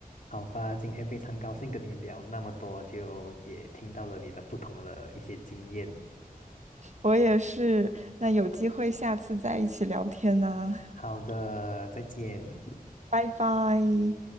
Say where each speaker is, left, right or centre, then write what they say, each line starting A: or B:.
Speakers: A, on the left; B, on the right.
A: 好吧，今天非常高兴跟你聊那么多，就也听到了你的不同的一些经验。
B: 我也是。那有机会下次再一起聊天呢，
A: 好的，再见。
B: 拜拜。